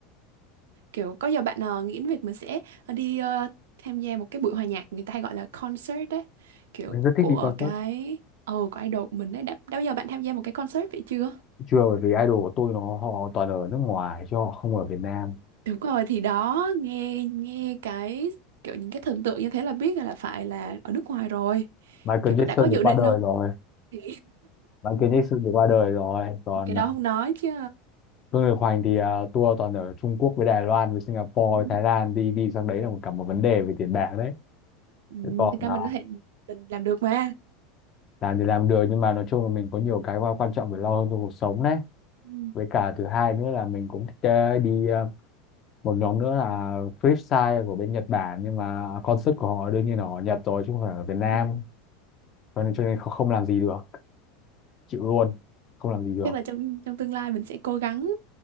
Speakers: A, on the right; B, on the left.
A: Kiểu có giờ bạn ờ, nghĩ đến việc mình sẽ ờ, đi ờ, tham gia một cái buổi hòa nhạc người ta hay gọi là concert đấy. Kiểu
B: Mình rất thích
A: của
B: đi concert.
A: cái ờ của idol của mình đấy. Đã, đã bao giờ bạn tham gia một cái concert vậy chưa?
B: chưa bởi vì idol của tôi nó họ toàn ở nước ngoài chứ họ không ở Việt Nam
A: Đúng rồi thì đó nghe nghe cái kiểu những cái thần tượng như thế là biết là phải là ở nước ngoài rồi
B: Michael
A: kiểu
B: Jackson
A: đã có dự
B: thì qua
A: định
B: đời
A: không
B: rồi
A: thì
B: Michael Jackson thì qua đời rồi còn
A: <laughs> cái đó
B: à,
A: không nói chứ
B: Phương Lực Hoành thì à, tour toàn ở Trung Quốc với Đài Loan với Singapore
A: ừ,
B: với Thái Lan đi đi sang đấy là một cả một vấn đề về tiền bạc đấy
A: ừ,
B: Thế còn
A: thực ra
B: à,
A: mình có thể mình làm được mà
B: làm thì làm được nhưng mà nói chung là mình có nhiều cái quan quan trọng phải lo hơn trong cuộc sống đấy
A: ừ.
B: với cả thứ hai nữa là mình cũng thích ờ, đi ờ, một nhóm nữa là Flipside của bên Nhật Bản nhưng mà concert của họ đương nhiên là ở Nhật rồi chứ không phải ở Việt Nam
A: Ừ.
B: cho nên cho nên không, không làm gì được chịu luôn không làm gì được
A: chắc là trong trong tương lai mình sẽ cố gắng